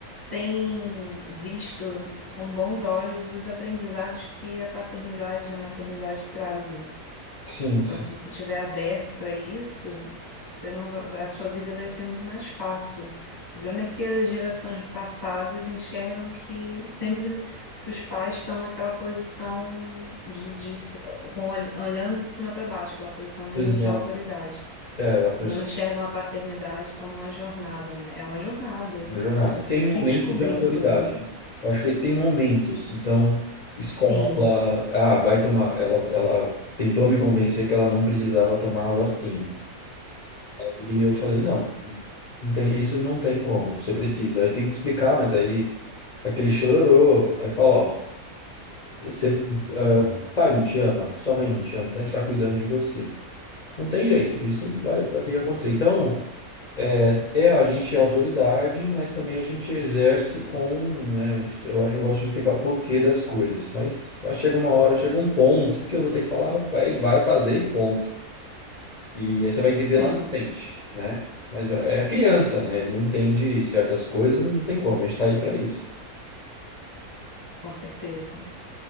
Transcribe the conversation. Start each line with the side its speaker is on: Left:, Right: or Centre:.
Right: tem visto com bons olhos os aprendizados que a paternidade e a maternidade trazem.
Left: Sim,
Right: Então,
Left: sim.
Right: se você estiver aberto para isso, você não va- a sua vida vai ser muito mais fácil. O problema é que as gerações passadas enxergam que sempre que os pais estão naquela posição de, de se- com, ol- olhando de cima para baixo, aquela posição mesmo
Left: Exato.
Right: de autoridade.
Left: É, a pressão
Right: Não enxergam a paternidade como uma jornada, né? É uma jornada
Left: na jornada.
Right: para você
Left: Tem
Right: se
Left: momentos
Right: descobrir,
Left: de autoridade.
Right: inclusive.
Left: Eu acho que tem momentos. Então, escola,
Right: Sim,
Left: ah, vai tomar. Ela, ela tentou me convencer que ela não precisava tomar a vacina. E eu falei, não, não tem, isso não tem como. Você precisa. Aí Eu tenho que explicar, mas aí aquele chororô. Aí eu falo, ó, você, ah, o pai não te ama, sua mãe não te ama, então a gente tá cuidando de você. Não tem jeito. Isso vai, vai ter que acontecer. Então. É, a gente é autoridade, mas também a gente exerce com, né? Eu acho, eu gosto de explicar o porquê das coisas, mas chega uma hora, chega um ponto que eu vou ter que falar, vai, vai fazer e ponto. E aí você vai entender
Right: sim,
Left: lá na frente, né? Mas é criança, né? Ele não entende certas coisas, não tem como, a gente tá aí para isso.
Right: com certeza.